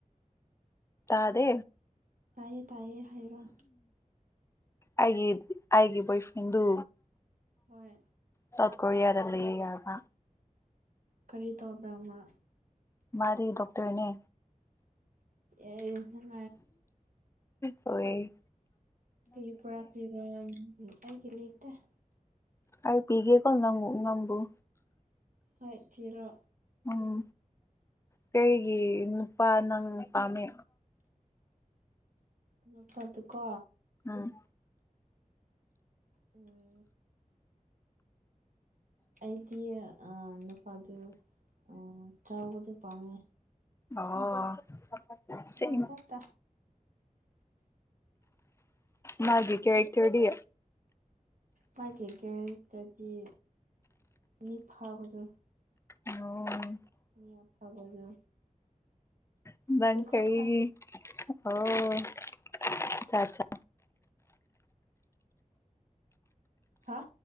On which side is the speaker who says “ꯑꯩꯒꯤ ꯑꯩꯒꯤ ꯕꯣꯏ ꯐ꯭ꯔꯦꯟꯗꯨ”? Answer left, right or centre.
Left